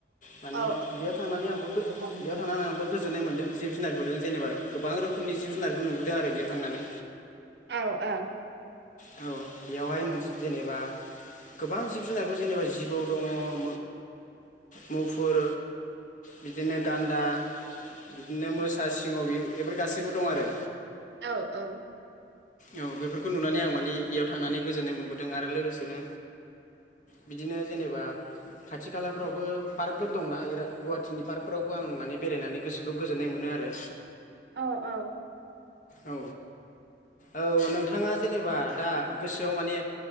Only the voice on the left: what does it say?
माने
बेयाव थांनानै आंबो
बेयाव
थांनानै आंबो गोजोननाय मोनदों। जिब जुनारफोरजों जेनेबा गोबां रोखोम बेनि जिब जुनारखौ नुबोदों आरो बेयाव थांनानै।
औ बेयावहाय मोनसे जेनेबा गोबां जिब जुनारफोर जेनेबा जिबौ दङ ओं मुफुर बिदिनो गान्दा, बिदिनो मोसा, सिंह बि बेफोर गासिबो दं आरो।
औ बेफोरखौ नुनानै आं माने इयाव थांनानै गोजोननाय मोनबोदों आरो लोगोसेनो बिदिनो जेनेबा खाथि खालाफोरावबो पार्कफोर दंना बिराद गुवाहाटिनि पार्कफोरावबो आं माने बेरायनानै गोसोखौ गोजोननाय मोनो आरो।
औ। औ नोंथाङा जेनेबा दा गोसोआव माने